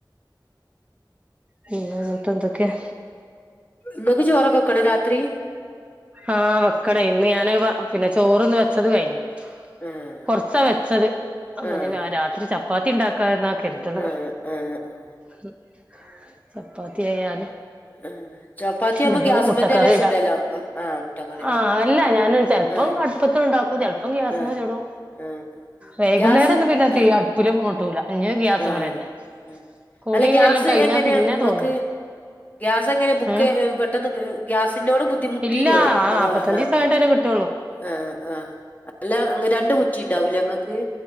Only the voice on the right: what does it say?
പിന്ന ന്ന്ട്ടെന്തൊക്കെയാ
ആഹ് വക്കണേയ് ഇന്ന് ഞാന് വാ പിന്നെ ചോറ്ന്ന് വെച്ചത് കയിഞ്ഞ്
കൊറച്ചാ വെച്ചത് അപ്പൊ
നി വാ രാത്രി ചപ്പാത്തി ണ്ടാക്കാന്ന കെര്തണ്
ഹും ചപ്പാത്തി ആയാല്
എന്തേലും
മുട്ടക്കറി ഉണ്ടാക്കും
ആഹ്
അല്ല ഞാന് ചെലപ്പം
അടുപ്പത്ത്ണ്ടാക്കും ചെലപ്പം ഗ്യാസ്മ്മ
ചുടും
വൈകുന്നേരൊന്നും
പിന്നെ തീ
അടുപ്പില് പൂട്ടൂല പിന്നെ ഗ്യാസ്മ്മലെന്നെ
കുളിയല്ലാം
കഴിഞ്ഞാ
പിന്നെ
തോന്നൂല
ഏഹ്
ഇല്ല ആ നാപ്പത്തഞ്ച്
ദിവസം കഴിഞ്ഞിട്ടല്ലേ കിട്ടുള്ളൂ